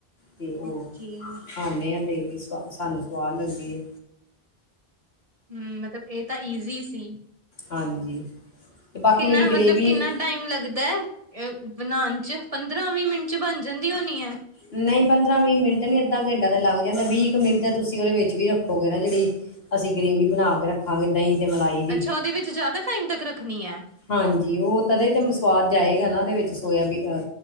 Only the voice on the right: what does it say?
ਓਕੇ, ਹੂੰ
ਹੁੰ ਮੈਂ ਤੇ ਫ਼ੇ ਤਾਂ ਏਤੇ ਈਜ਼ੀ ਸੀ।
ਕਿੰਨਾ
ਮਤਲਬ
ਕਿੰਨਾ ਟਾਈਮ ਲੱਗਦਾ ਅ ਬਨਾਣ ਚ, ਪੰਦਰਾਂ-ਵੀਹ ਮਿੰਟ ਚ ਬਣ ਜਾਂਦ ਦੀ ਹੋਨੀਂ ਏ।
ਅੱਛਾ, ਓਦੇ ਵਿੱਚ ਜਾਦਾ ਟਾਈਮ ਤੱਕ ਰੱਖਣੀ ਏ।